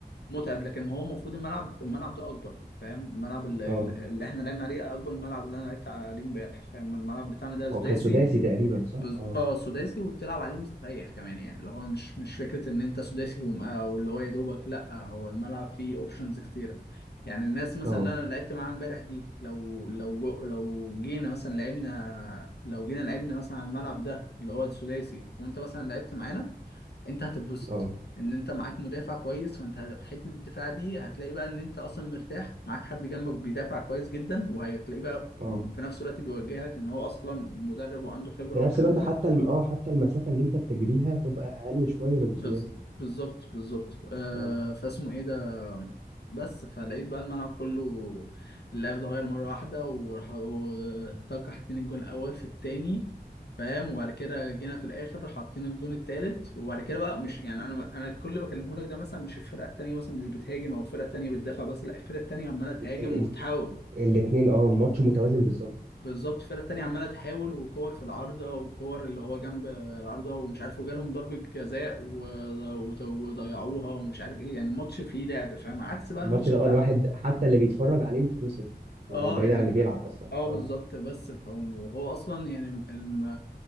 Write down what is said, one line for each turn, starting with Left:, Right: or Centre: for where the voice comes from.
Left: متعب لكن هو المفروض الملعب الملعب ده اكبر فاهم الملعب اللي,
Right: اه
Left: اللي احنا لعبنا عليه اكبر من الملعب اللي انا لعبت عليه امبارح فاهم الملعب بتاعنا ده سداسي
Right: اه كان سداسي تقريبا صح
Left: بز...
Right: اه
Left: اه سداسي وبتلعب عليه مستريح كمان يعني اللي هو مش مش فكره ان انت سداسي وم- او اللي هو يا دوبك لا هو الملعب فيه اوبشنز كتيره يعني الناس مثلا
Right: اه
Left: اللي انا لعبت معاها امبارح دي لو لو جو... لو جينا مثلا لعبنا لو جينا لعبنا مثلا على الملعب ده اللي هو السداسي وانت مثلا لعبت معانا انت هتتبسط
Right: اه
Left: ان انت معاك مدافع كويس فانت ه- حته الدفاع دي هتلاقي بقى ان انت اصلا مرتاح معاك حد جنبك بيدافع كويس جدا وهتلاقيه بقى
Right: اه
Left: في نفس الوقت بيوجهك ان هو اصلا مدرب وعنده خبره
Right: في نفس
Left: والكلام
Right: الوقت
Left: ده
Right: حتى الم... اه حتى المسافة اللي انت بتجريها تبقى اقل شوية من السداسي
Left: بالظ- بالظبط بالظبط آه
Right: اه
Left: فاسمه ايه ده بس فلقيت بقى الملعب كله اللعب اتغير مرة واحدة وراح طاقة حاطين الجون الأول في التاني فاهم وبعد كده جينا في الآخر حاطين الجون التالت وبعد كده بقى مش يعني أنا أنا كل اللي بكلمه لك ده مثلا مش الفرقة التانية مثلا مش بتهاجم أو الفرقة التانية بتدافع بس لا الفرقة التانية عمالة تهاجم
Right: ال...
Left: وبتحاول
Right: ال... الاتنين اه ماتش متوازن بالظبط
Left: بالظبط الفرقة التانية عمالة تحاول وكور في العارضة وكور اللي هو جنب العارضة ومش عارف وجالهم ضربة جزاء و... وت- وضيعوها ومش عارف ايه يعني الماتش فيه لعب فاهم عكس بقى
Right: الماتش
Left: الماتش
Right: ده
Left: بتاع
Right: اه الواحد حتى اللي بيتفرج عليه يتبسط آه،
Left: اه
Right: بعيد
Left: يعني
Right: عن اللي بيلعب اصلا
Left: اه
Right: اه
Left: بالظبط بس فهم وهو اصلا يعني الم...